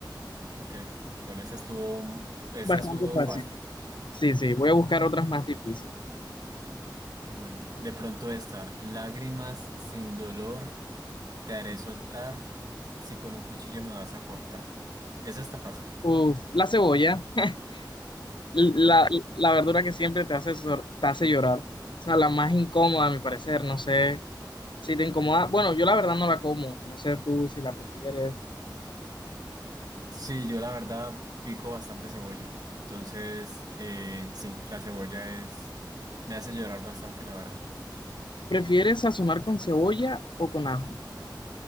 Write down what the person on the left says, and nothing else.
Bastante
fácil.
Sí, sí, voy a buscar otras más difíciles.
Uf, la cebolla, <laughs> la,
la verdura que siempre te hace, sor- te hace llorar. O sea, la más incómoda, a mi parecer. No sé si te incomoda. Bueno, yo la verdad no la como. No sé tú si la prefieres.
¿Prefieres sazonar con cebolla o con ajo?